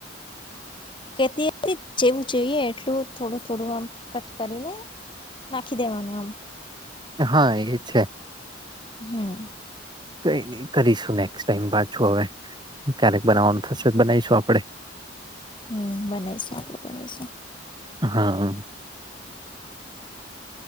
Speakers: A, on the left; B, on the right.
A: કેતી હતી જેવું જોઈએ એટલું થોડું થોડું આમ કટ કરીને નાખી દેવાનું આમ.
B: હા એ છે.
A: હમ.
B: કઈ ન કરીશું નેક્સ્ટ ટાઈમ પાછું હવે ક્યારેક બનાવવાનું થશે બનાવીશું આપણેે.
A: હમ બનાવીશું આપડે બનાવીશું.
B: હા.